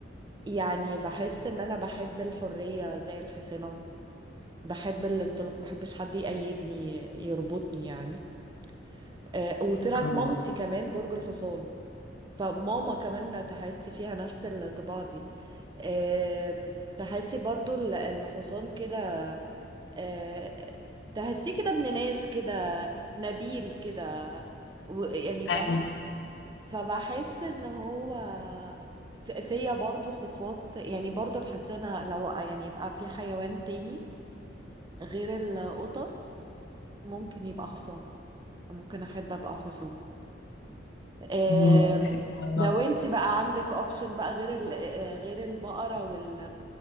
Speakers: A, on the right (about 25°); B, on the left (about 70°).
A: يعني بحس ان انا بحب الحريه زي الحصانه بحب الانطلاق ما بحبش حد يقيدني يربطني يعني آه، وطلعت
B: اه
A: مامتي كمان برج الحصان فماما كمان تحسي فيها نفس الطباع دي آم، تحسي برضو ال- الحصان كده آه، تحسيه كده ابن ناس كده نبيل كده و- يعني فاهمة
B: ايوه
A: فبحس ان هو ف- فيا برضو صفات يعني برضو الحسنة لو يعني يبقى في حيوان تاني غير القطط ممكن يبقى حصان ممكن احب ابقى حصان آم،
B: اه حلو والله
A: لو انت بقى عندك اوبشن بقى غير ال... آه، غير البقرة وال...